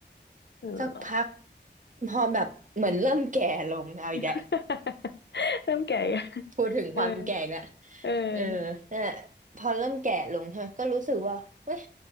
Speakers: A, on the left; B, on the right.
A: เหรอ
B: สักพักพอแบบเหมือนเริ่มแก่ลงเอาอีกแล้ว
A: <laughs> เริ่มแก่ <laughs> ยัง
B: พูดถึงความแก่อีกแล้ว
A: เออเออ
B: เออน่นแหละพอเริ่มแก่ลงใช่ไหมก็รู้สึกว่าเว้ย